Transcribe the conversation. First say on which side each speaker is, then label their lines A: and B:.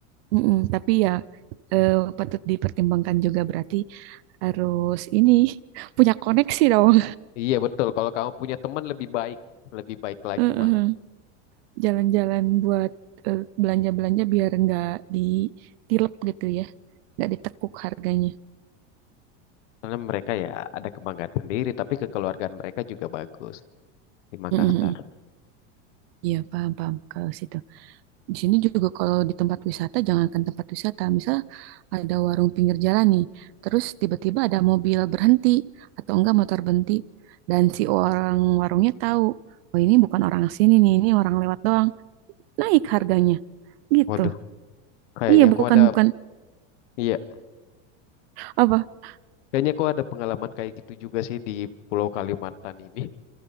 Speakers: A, on the right; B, on the left.
A: Mm-mm, tapi ya eh, patut dipertimbangkan juga berarti harus ini <laughs> punya koneksi dong.
B: Iya betul, kalau kamu punya teman lebih baik, lebih baik lagi
A: <laughs> Heeh.
B: malah.
A: Jalan-jalan buat eh, belanja-belanja biar nggak ditilep gitu ya, nggak ditekuk harganya.
B: Karena mereka ya ada kebanggaan sendiri, tapi kekeluargaan mereka juga bagus di Makassar.
A: Mm-mm. Iya paham paham kalau situ. di sini juga kalau di tempat wisata, jangankan tempat wisata, misal ada warung pinggir jalan nih, terus tiba-tiba ada mobil berhenti atau enggak motor berhenti, dan si orang warungnya tahu, oh ini bukan orang sini nih, ini orang lewat doang, naik harganya, gitu.
B: Hmm. Kayaknya
A: Iya, bukan
B: aku ada,
A: bukan
B: iya,
A: apa? <laughs>
B: kayaknya aku ada pengalaman kayak gitu juga sih di Pulau Kalimantan ini.